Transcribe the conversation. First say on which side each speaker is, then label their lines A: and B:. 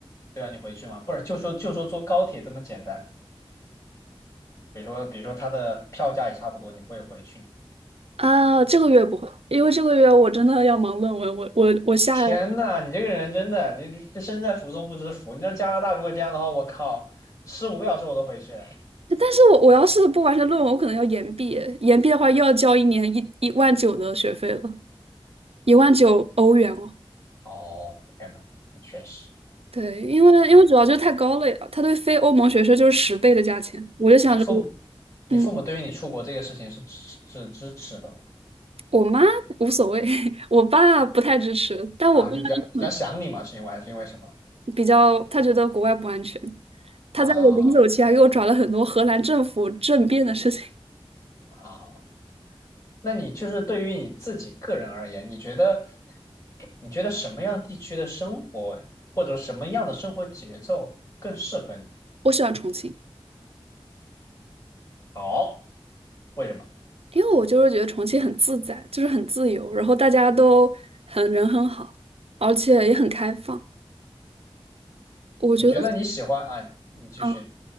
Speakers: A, on the left; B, on the right.
A: 对吧？你回去吗？不是，就说就说坐高铁这么简单，比如说比如说它的票价也差不多，你会回去吗？
B: 啊，这个月不会，因为这个月我真的要忙论文，我我我下，
A: 天呐，你这个人真的，你这身在福中不知福。你知道加拿大如果这样的话，我靠，十五个小时我都回去。
B: 但是我我要是不完成论文，我可能要延毕，延毕的话又要交一年一一万九的学费了。一万九欧元哦。
A: 哦，天呐，确实，
B: 对，因为因为主要就是太高了呀，
A: 哎，
B: 它对非欧盟学生就是十倍的价钱。我就想着我，
A: 你父母，你父母对于你出国这个事情是支是支持的吗？
B: 嗯，我妈无所谓，<laughs> 我爸不太支持，但我爸嗯
A: 啊，就比较比较想你嘛，是因为还是因为什么？
B: 比较，他觉得国外不安全。
A: 啊
B: 他在我临走前还给我转了很多荷兰政府政变的事情。
A: 啊，那你就是对于你自己个人而言，你觉得你觉得什么样地区的生活或者什么样的生活节奏更适合你？
B: 我喜欢重庆，
A: 好，为什么？
B: 因为我就是觉得重庆很自在，就是很自由，然后大家都很人很好，而且也很开放。我觉得。
A: 你觉得你喜欢啊？你继续
B: 嗯。